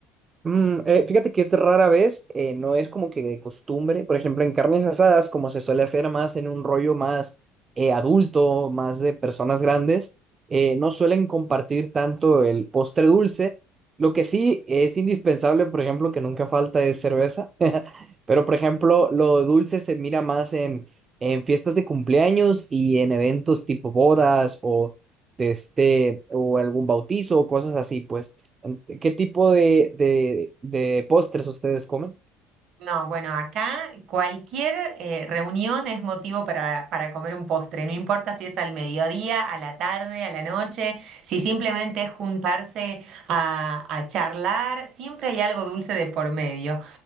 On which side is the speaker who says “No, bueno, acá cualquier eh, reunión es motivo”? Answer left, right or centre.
Right